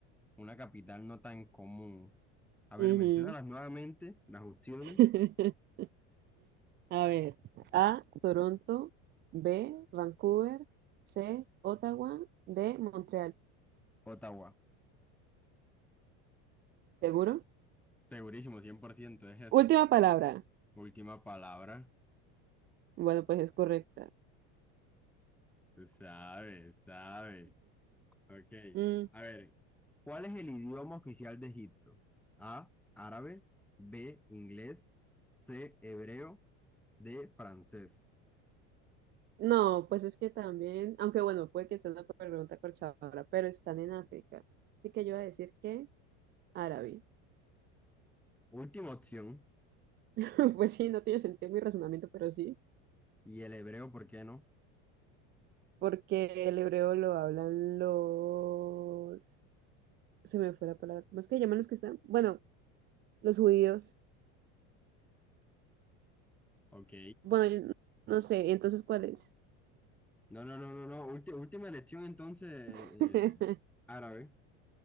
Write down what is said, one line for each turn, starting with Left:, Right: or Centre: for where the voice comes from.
Centre: una capital no tan común. A ver,
Right: Ujú.
Centre: menciónalas nuevamente, las opciones.
Right: <laughs> A ver, A, Toronto, B, Vancouver, C, Ottawa, D, Montreal.
Centre: Ottawa,
Right: ¿Seguro?
Centre: segurísimo, 100% es esa.
Right: Última palabra.
Centre: Última palabra.
Right: Bueno, pues es correcta.
Centre: sabe, sabe. Ok.
Right: Mm,
Centre: A ver, ¿cuál es el idioma oficial de Egipto? A, árabe, B, inglés, C, hebreo, D, francés.
Right: no, pues es que también, aunque bueno, puede que sea una pregunta corchadora, pero están en África. Así que yo voy a decir que árabe.
Centre: Última opción.
Right: <laughs> Pues sí, no tiene sentido mi razonamiento, pero sí,
Centre: Y el hebreo, ¿por qué no?
Right: porque el hebreo lo hablan los... Se me fue la palabra. ¿Cómo es que llaman los que están? Bueno, los judíos.
Centre: Ok.
Right: Bueno, yo no sé, entonces, ¿cuál es?
Centre: No, no, no, no, no. Ulti- última elección entonces,
Right: <laughs>
Centre: eh, árabe.